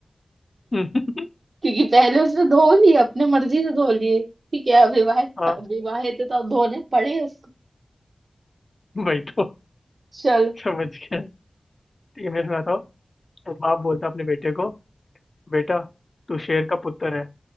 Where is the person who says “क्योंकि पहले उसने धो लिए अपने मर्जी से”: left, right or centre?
Right